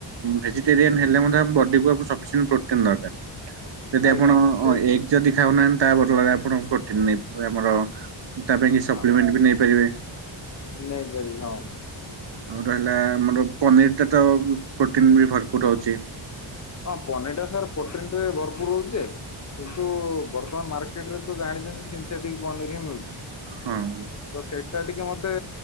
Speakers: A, on the right; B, on the left.
A: ଭେଜିଟେରିଆନ ହେଲେ ମଧ୍ୟ ଆମ ବଡିକୁ ସଫିସିନ୍ତ ପ୍ରୋଟିନ୍ ଦରକାର। ଯଦି
B: ଆଜ୍ଞା
A: ଆପଣ
B: ଆଜ୍ଞା ସେଇଟା
A: ଏଗ ଯଦି ଖାଉନାହାନ୍ତି ତା ବଦଳରେ ଆପଣ ପ୍ରୋଟିନ ନେଇିବେ ଆମର ତା
B: ଉଁ,
A: ପାଇଁ କି ସପ୍ଲିମେଣ୍ଟ ବି ନେଇପାରିବେ।
B: ନେଇପାରବି ହଁ।
A: ଆଉ ରହିଲା ଆମର ପନିରଟାତ ପ୍ରୋଟିନ୍ ବି ଭରପୁର ରହୁଛି।
B: ହଁ ପନିର ଟା ସାର୍ ପ୍ରୋଟିଁରେ ଭରପୁର ରହୁଛି। କିନ୍ତୁ ବର୍ତ୍ତମାନ ମାର୍କେଟରେ ତ ଜାଣିଛନ୍ତି ସନ୍ଥେିକ ପନିର ହିଁ ମିଳୁଛି।
A: ହଁ।
B: ତ ସେଇଟା ଟିକେ ମତେ